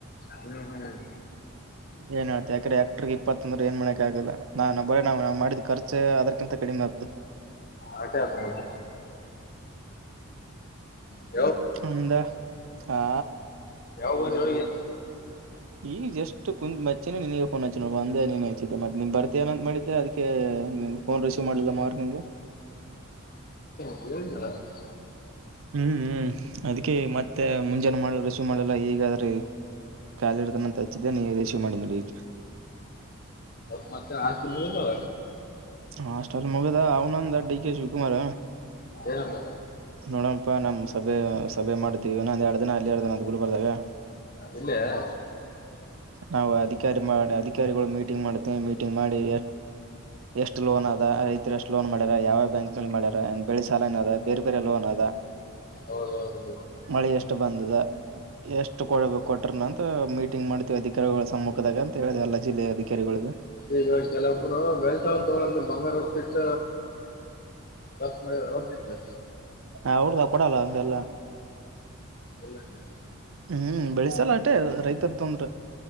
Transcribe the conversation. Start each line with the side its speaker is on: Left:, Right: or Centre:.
Left: ಹ್ಮ್ ಹ್ಮ್
Right: ಏನ್ ಯಾಕಡೆ ಎಕ್ಟ್ರ ಇಪ್ಪತ್ತ ಅಂದ್ರೆ ಏನ್ ಮಾಡಕ್ ಆಗಲ್ಲ ನಾ ಬರೇ ನಾವು ಮಾಡಿದ ರ್ಚೆ ಅದಕ್ಕಿಂತ ಕಡಿಮೆದ್ದು
Left: ಆಟ ಆತ ನೋತ ಹ್ಮ
Right: ಅಂದ ಹಾ
Left: ಯಾವವಿಗೆ
Right: ಈಗ ಜಸ್ಟ್ ಕುಂತ್ ಮಚ್ಚೆನೆ ನಿನ ಫೋನ್ ಹಚ್ಚಿ ನೋ ಬಂದೆ ನೀನ್ ಹಚ್ಚಿದ್ದೆತ್ತ ನೀನ್ ಬರ್ತ ಏನಂತ ಮಾಡಿದ್ದೆ ಅದಕ್ಕೆ ನಿಮ್ ಫೋನ್ ರಿಸೀವ್ ಮಾಡ್ಲಿಲ್ಲ ಮಾರ್ನಿಂಗ್
Left: ಏ
Right: ಹ್ಮ್ ಹ್ಮ್ ಅದ ಮತ್ತೆ ಮುಂಜಾನೆ ಮಾಡ ರೆಶ್ ಮಾಡಲ್ಲ ಈಗಾದ್ರೆ ಕಾಲಿರ್ತಂತ ಹಚ್ಚಿದ್ದೇ ನೀ ಮಾಡಿದ ನಡಿ ಈಗ
Left: ಮ ಮ ಹಕು ನ ನವ
Right: ಹಾಸ್ಟಲ್ ಮುಗದ ಅವನಂದ ಡಿ ಕೆ ಶಿವಕುಮಾರ್
Left: ಏನಂದ
Right: ನೋಡಪ್ಪ ನಮ್ಮ ಸಭೆ ಸೆ ಮಾಡತೀವಿ ನೊಂದ ಎರಡು ದಿನ ಅಲ್ಲಿ ಎರಡು ದಿನ ಅದ್ ಗು ಬರ್ದಾಗ
Left: ಇಲ್ಲಯಾ
Right: ನಾವು ಅಧಿಕಾರಿ ಮಾಡಿ ಅಧಿಕಾರಿಗಳು ಮೀಟಿಂಗ್ ಮಾಡ್ತೀ ಮೀಟಿಂಗ್ ಮಾಡಿ ಎಷ್ಟು ಲೋನ್ ಅದ ರೈತರು ಎಷ್ಟು ಲೋನ್ ಯಾವ ಬ್ಯಾಂಕ್ ಮಲ್ಲಿ ಮಾಡಾರ್ ಬೆಳೆಲನ್ ಅದ ಬೇರೆ ಬೇರೆ ಲೋನ್ ಅದ
Left: ಹೌದದು
Right: ಮಳೆ ಬಂದದ ಎಷ್ಟು ಕೊಡಬೇಕು ಕೊಟ್ರನ ಅಂತ ಮೀಟಿಂಗ್ ಮಾಡ್ತೀವಿ ಅಧಿಕಾರಿಗಳ ಸಮ್ಮುಖದಾಗಂತ ಅಂತ ಹೇಳಿದಲ್ಲ ಜಿಲ್ಲೆಯ ಅಧಿಕಾರಿಗಳಿಗೆ
Left: ಇದು ಕೆಲವೊಬ್ರು ಬೆಳ್ಸಾವ ತಗಂತ ಬಂಗಾರಟ್ಟ ಬಸ್ ಮೆ ಅವ ಬಗ
Right: ಅವರುದಾ ಕೂಡಲ್ಲ ಅಂಗ ಎಲ್ಲ
Left: ಇಲ್ಲ ಹಂಗೆ.
Right: ಹ್ಮ್ ಬೆಳ ಬೆಳಸಲಾಟೆ ರೈತರ ತೊಂದ್ರ